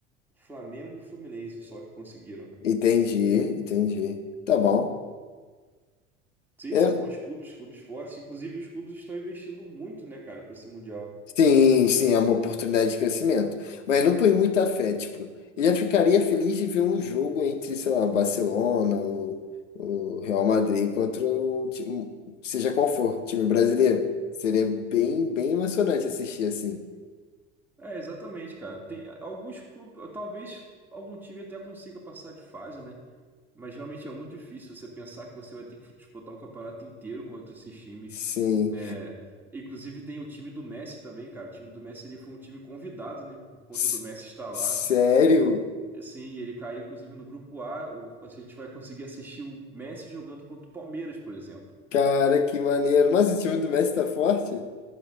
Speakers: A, in the centre; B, on the left.
A: Flamengo e Fluminense só que conseguiram, cara.
B: Entendi, entendi. Tá bom.
A: Sim,
B: Eu
A: são bons clubes, clubes fortes. Inclusive, os clubes estão investindo muito, né, cara, para esse Mundial.
B: Sim, sim, é uma oportunidade de crescimento. Mas não põe muita fé, tipo, eu já ficaria feliz de ver um jogo entre, sei lá, Barcelona ou o Real Madrid contra o time, seja qual for, time brasileiro. Seria bem, bem emocionante assistir assim.
A: É, exatamente, cara. Tem alguns clubes, talvez algum time até consiga passar de fase, né? Mas realmente é muito difícil você pensar que você vai ter que disputar um campeonato inteiro contra esses times,
B: Sim.
A: né? Inclusive tem o time do Messi também, cara. O time do Messi ele foi um time convidado, né? Por conta
B: S-
A: do Messi estar
B: sério?
A: lá. Sim, ele caiu inclusive no grupo A. O- a gente vai conseguir assistir o Messi jogando contra o Palmeiras, por exemplo.
B: Cara, que maneiro. Mas o time do Messi tá forte?